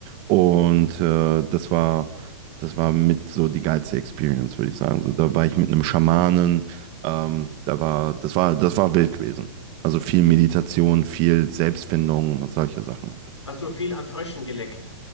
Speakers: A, on the right; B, on the left.
A: Und äh, das war, das war mit so die geilste Experience, würde ich sagen. So, da war ich mit einem Schamanen, ähm, da war, das war, das war wild gewesen. Also viel Meditation, viel Selbstfindung und solche Sachen. halt.
B: Hast du viel an Fröschen geleckt,